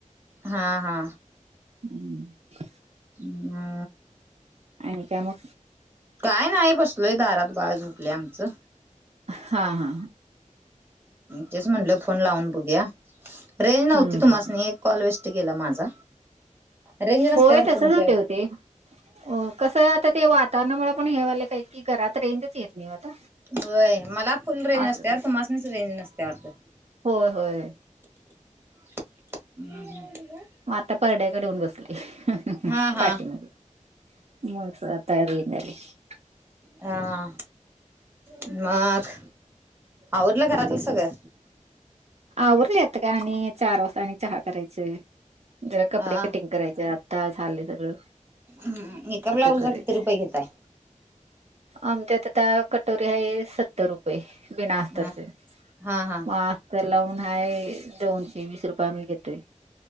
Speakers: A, on the right (about 15°); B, on the right (about 55°).
A: हा हा.
B: <unintelligible>
A: हा.
B: आणि काय मग.
A: काय नाही बसलोय दारात बाळ झोपलयं आमचं.
B: हा हा हा.
A: तेच म्हंटल फोन लावून बघूया रेंज नव्हती
B: हम्म
A: तुम्हासनी. कॉल वेस्ट गेला माझा. रेंज नसत्या
B: होय
A: वाटत
B: तसंच
A: तुमच्याकडे
B: होतय ओ ते. हो कसं आता ते वातावरणामुळं पण हे व्हायलय की घरात रेंजच येत नाही ओ आता.
A: होय मला फुल रेंज
B: असंच
A: असतीया
B: आहे
A: तुम्हासनीच रेंज नसतीया वाटतं.
B: होय होय.
A: <unintelligible>
B: मग आता परड्याकडे येऊन बसली
A: हा
B: पाटीमागं.
A: हा
B: <unintelligible>
A: हा मग आवरलं घरातलं सगळं.
B: आवरलयं आता काय आणि चार वाजता आणि चहा करायचं जरा कपडे
A: हा
B: कटिंग करायचं आता झालयं सगळं
A: हम्म एका
B: आता
A: ब्लाऊजचा
B: करायचं
A: किती रुपये घेताय
B: आमच्यात आता कटोरी आहे सत्तर रुपये बिना आस्तरचं
A: हा हा हा
B: म आ आस्तर लावून हाय दोनशे वीस रुपये आम्ही घेतोय